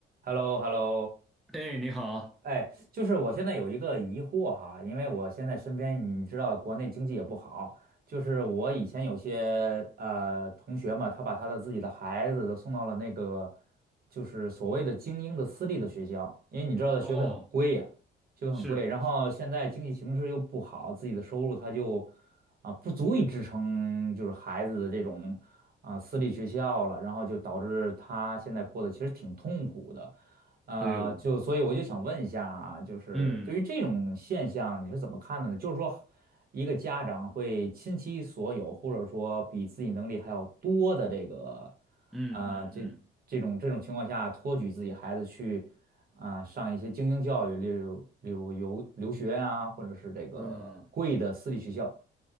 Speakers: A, on the right; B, in the centre.
A: h e l l o h e l l o
B: 哎，你好，
A: 哎，就是我现在有一个疑惑哈，因为我现在身边你知道国内经济也不好，就是我以前有些呃同学嘛，他把他的自己的孩子都送到了那个就是所谓的精英的私立的学校，因为你知道的学费很贵呀、
B: 哦，
A: 学费很贵，
B: 是，
A: 然后现在经济形势又不好，
B: 是
A: 自己的收入他就啊、不足以支撑就是孩子的这种啊、私立学校了，然后就导致他现在过得其实挺痛苦的。呃，
B: 哎呦，
A: 就所以我就想问一下啊，就是对于这种现象你是怎么看的呢？
B: 嗯
A: 就是说，一个家长会倾其所有，或者说比自己能力还要多的这个，
B: 嗯嗯
A: 呃，这这种这种情况下，托举自己孩子去啊、上一些精英教育，例如例如游留学啊，或者是这个贵的私立学校。
B: 嗯嗯，